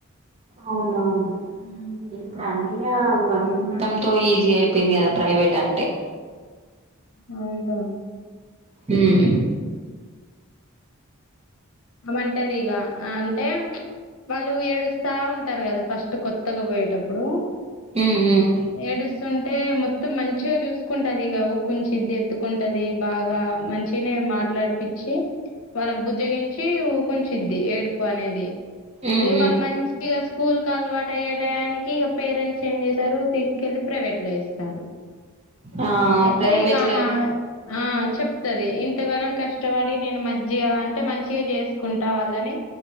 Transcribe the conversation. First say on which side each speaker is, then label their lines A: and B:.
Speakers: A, on the right (about 30°); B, on the left (about 70°).
A: అవునవును
B: హ్మ్
A: ఇంకా అన్ని ఆ మనీ మొత్తం తో ఈజీ అయిపోయింది కదా ప్రైవేట్ అంటే
B: అవుంటా
A: ఉమ్
B: ఆమె అంటది ఇగ అంటే వాళ్ళు ఏడుస్తా ఉంటారు కదా ఫస్ట్ కొత్తగా పోయేటప్పుడు
A: ఉమ్
B: ఏడుస్తుంటే మొత్తం మంచిగా చూసుకుంటదిగ ఊకుంచిది ఎత్తుకుంటది బాగా మంచిగా తినేవి మాట్లాడిపిచ్చి వాళ్లను బుజ్జగించి ఊకుంచిద్ది ఏడుపు అనేది
A: ఉమ్
B: ఇక వాళ్ళు
A: ఉమ్
B: మంచిగా స్కూల్ కి అలవాటు అయ్యేటయనికి ఇక పేరెంట్స్ చేంజ్ చేశారు తీసుకు వెళ్లి ప్రైవేట్ లో ఎస్తారు
A: ఆ
B: అయితే
A: ప్రైవేట్
B: ఇగా ఆమా
A: లై
B: ఆ చెప్తది ఇంతగానం కష్టపడి నేను మంచిగా అంటే మంచి మంచిగా చేసుకుంటా వాళ్ళని